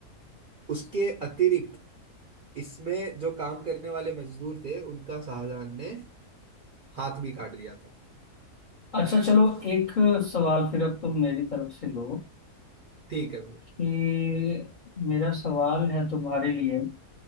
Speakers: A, on the right; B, on the left.
A: उसके अतिरिक्त इसमें जो काम करने वाले मजदूर थे उनका शाहजहां ने हाथ भी काट दिया था
B: अच्छा चलो एक सवाल फिर अब तुम मेरी तरफ से लो
A: ठीक है भैया
B: कि मेरा सवाल है तुम्हारे लिए